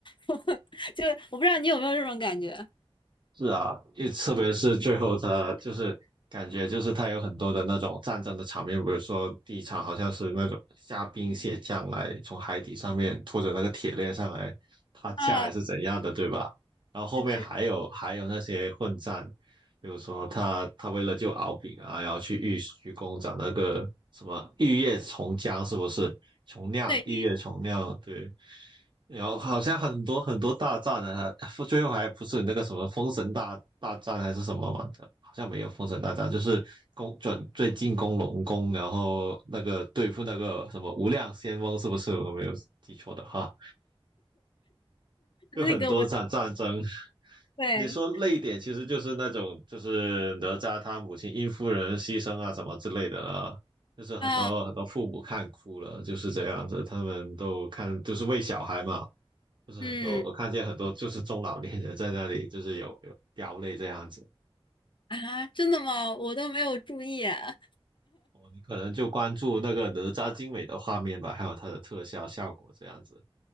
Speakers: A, on the left; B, on the right.
A: <laughs> 就我不知道你有没有这种感觉。
B: 是啊，因为特别是最后他就是感觉就是他有很多的那种战争的场面，比如说第一场好像是那种虾兵蟹将来从海底上面拖着那个铁链上来他架还是怎样的，
A: 啊，
B: 对吧？然后后面还有还有那些混战，
A: 对对
B: 比如说他他为了救敖丙啊，然后去玉虚宫找那个什么玉液琼浆是不是？琼酿玉液琼酿对。
A: 对，
B: 有好像很多很多大战呢，还最后还不是那个什么封神大大战还是什么嘛的，好像没有封神大战，就是攻准最进攻龙宫，然后那个对付那个什么无量仙翁，是不是？我没有记错的话，
A: 那个我
B: 就很多场战争。
A: 对，
B: 你说累点，其实就是那种就是哪吒他母亲殷夫人牺牲啊什么之类的了，就是很多很多父母看哭了，
A: 啊，
B: 就是这样子，他们都看就是为小孩嘛。就是很多，
A: 嗯
B: 我看见很多就是中老年人在那里，就是有有飙泪这样子。
A: 啊，真的吗？我都没有注意啊。
B: 哦，你可能就关注那个哪吒精美的画面吧，还有它的特效效果这样子。